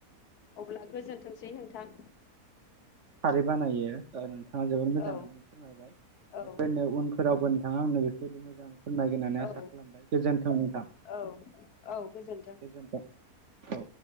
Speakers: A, on the left; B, on the right.
A: अब्ला गोजोनथोंसै नोंथां
B: खारै बानायो आरो नोंथाङा जोबोद मोजाङैनो
A: औ
B: फोरमायबाय
A: औ
B: बेफोरनो उनफोरावबो नोंथाङा आंनो बेफोरबायदि मोजाङै फोरमायगोननानै
A: औ
B: आसा खालामबाय गोजोन्थों नोंथां
A: औ औ गोजोन्थों।
B: गोजोनथों औ